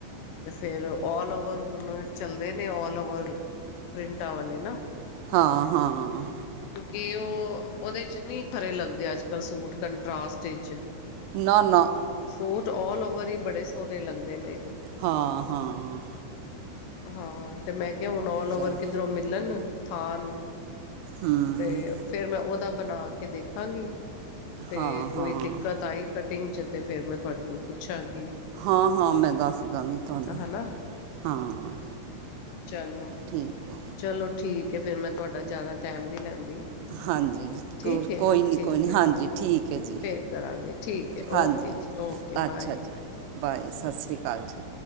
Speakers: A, on the left (about 75°); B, on the right (about 85°).
A: ਤੇ ਫੇਰ ਓਲ ਓਵਰ ਹੁਨ ਚੱਲਦੇ ਨੇ ਓਲ ਓਵਰ, ਪ੍ਰਿੰਟਾਂ ਵਾਲੇ ਨਾ
B: ਹਾਂ- ਹਾਂ।
A: ਕਿਉਂਕਿ ਉ, ਉਂਦੇ ਚ, ਨੀ ਖਰੇ ਲੱਗਦੇ ਅੱਜ ਕੱਲ ਸੂਟ ਕੰਟਾਸਟ ਇਚ।
B: ਨਾ ਨਾ
A: ਸੂਟ ਓਲ ਓਵਰ ਈ ਬੜੇ ਸੋਨੇ ਲੱਗਦੇ ਨੇ।
B: ਹਾਂ -ਹਾਂ।
A: ਹਾਂ। ਤੇ ਮੈਂ ਕਿਹਾ ਹੁਣ ਔਲ ਓਵਰ
B: ਚਲੋ
A: ਕਿੱਧਰੋਂ ਮਿਲਣ, ਥਾਨ,
B: ਹੂੰ
A: ਤੇ ਫੇਰ ਮੈਂ ਓਦਾ ਬਣਾ ਕੇ ਦੇਖਾਂਗੀ, ਤੇ
B: ਹਾਂ
A: ਕੋਈ
B: ਹਾਂ
A: ਦਿੱਕਤ ਆਈ ਕਟਿੰਗ ਚ ਤੇ ਫੇਰ ਮੈਂ ਤੁਆਡੇ ਕੋਲ ਪੁੱਛਾਂਗੀ।
B: ਹਾਂ -ਹਾਂ ਮੈਂ ਦੱਸ ਦਾਂਗੀ। ਤੁਹਾਨੂੰ
A: ਹਨਾ
B: ਹਾਂ
A: ਚਲੋ।
B: ਠੀਕ ਐ।
A: ਚਲੋ ਠੀਕ ਐ ਫਿਰ ਮੈਂ ਤੁਹਾਡਾ ਜ਼ਿਆਦਾ ਟੈਮ ਨੀ ਲੈਂਦੀ।
B: ਹਾਂਜੀ
A: ਠੀਕ
B: ਕੋ
A: ਹੈ
B: ਕੋਈ ਨੀ
A: ਠੀਕ
B: ਕੋਈ ਨੀ
A: ਹੈ
B: ਹਾਂਜੀ। ਠੀਕ ਐ ਜੀ,
A: ਫਿਰ ਕਰਾਂਗੇ ਠੀਕ ਹੈ
B: ਹਾਂਜੀ,
A: ਓਕੇ ਜੀ ਓਕੇ
B: ਅੱਛਾ
A: ਬਾਏ
B: ਜੀ। ਬਾਏ ਸਾਸਰੀ ਕਾਲ ਜੀ।